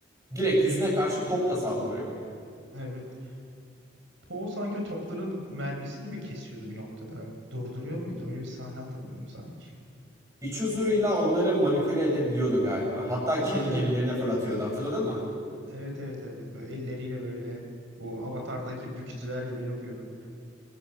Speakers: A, on the right; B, on the right.
A: Direkt yüzüne karşı topla saldırıyor.
B: Evet. Poe sanki o topların mermisini mi kesiyordu bir noktada? Durduruyor muydu? Öyle bir sahne hatırlıyorum sanki.
A: İç huzuruyla onları manipüle edebiliyordu galiba. Hatta kendi
B: Aa evet.
A: gemilerine fırlatıyordu. Hatırladın mı?
B: Evet evet evet. evet. Böyle elleriyle böyle bu Avatar'daki bükücüler gibi yapıyordu.